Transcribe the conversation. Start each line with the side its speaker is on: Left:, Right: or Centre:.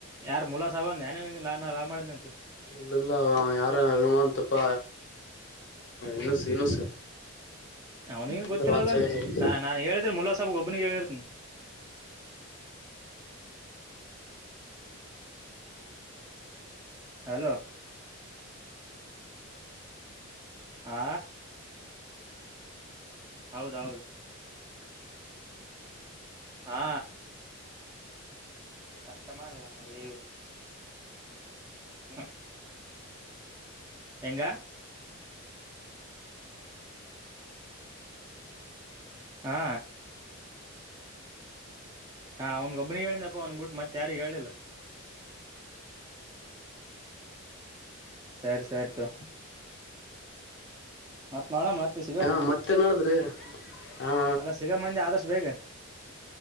Right: ಯಾರು ಮೂಲ ಸಾಬ್ ಅಂದ ನಿನಗ ನಾ ಲಾ ಮಾಡಿದಂನಂತ
Left: ಇಲ್ಲ ಇಲ್ಲಆವಾ ಯಾರ ಇವಾ ಅಂತಪ್ಪ ಇನಸ್ ಇನುಸ್
Right: ಅವನಿಗನ್
Left: ನಿಂದ್ರ
Right: ಗೊತ್ತಿಲ್ಲಲ್ಲಾ
Left: ಒಂದ್ ಸೈಡ್
Right: ನಾ ನಾನ್ ಹೇಳಿದ್ರೆ ಮುಲ್ಲಾ ಸಾಬ್ ಮುಲ್ಲಾ ಸಾಬ್ ಒಬ್ಬನಿಗೆ ಹೇಳಿರ್ತೀಿ ಹಲೋ ಆ ಹೌದೌಹೌದು ಹಾ ಕಸ್ಟ ಮಾಡನ್ಲ ಎ <unintelligible> ಹೆಂಗ ಹಾ ಹಾ ಅವನ್ಗ ಒಬ್ನಿಗೆ ಹೇಳನಪ್ಪ ಅವನ್ ಬಿಟ್ಟ ಮತ್ತೆ ಯಾರಗ್ ಹೇಳಿಲ್ಲ. ಸರಿ ಸರಿ ತಗೋ ಮಳ ಮಾರ್ತ್ತ ಸಿಗಮ್
Left: ಹಾ ಮತ್ತೆ ನಡದ್ರಿ ಹಾ
Right: ಅಲ್ಲ ಸಿಗಮ್ ಅಂದೆ ಆದಷ್ಟು ಬೇಗ